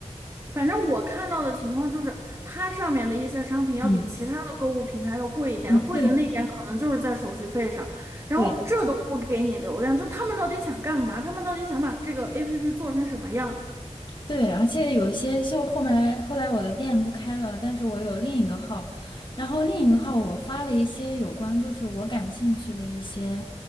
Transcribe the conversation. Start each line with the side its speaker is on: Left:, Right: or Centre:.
Right: 反正我看到的情况就是，它上面的一些商品要比其他的购物平台要贵一点，
Left: 嗯，哦，
Right: 贵的那一点可能就是在手续费上，
Left: 对
Right: 然后这都不给你流量，
Left: 对，
Right: 就他们到底想干嘛？他们到底想把这个 APP 做成什么样？
Left: 对，而且有一些就后面来，后来我的店不开了，但是我有另一个号，然后另一个号我发了一些有关就是我感兴趣的一些，